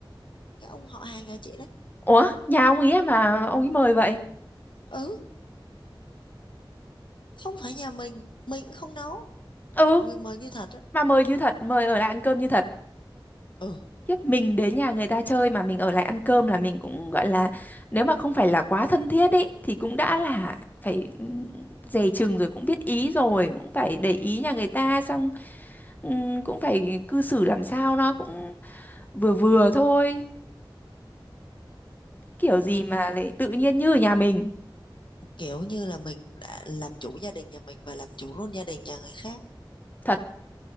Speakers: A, on the left; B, on the left.
A: cái ông họ hàng nhà chị đấy
B: ủa nhà ông ý à mà ông ấy mời vậy
A: ừ không phải nhà mình mình cũng không nấu
B: ừ
A: mình mời như thật á
B: mà mời như thật mời ở lại ăn cơm như thật
A: ừ
B: Tiếp mình đến nhà người ta chơi mà mình ở lại ăn cơm là mình cũng gọi là nếu mà không phải là quá thân thiết ấy thì cũng đã là phải ừ, dè chừng rồi cũng biết ý rồi cũng phải để ý nhà người ta xong Ừm, cũng phải cư xử làm sao nó cũng vừa vừa thôi kiểu gì
A: không
B: mà lại tự nhiên như ở nhà mình
A: kiểu như là mình đã làm chủ gia đình nhà mình và làm chủ luôn gia đình nhà người khác
B: thật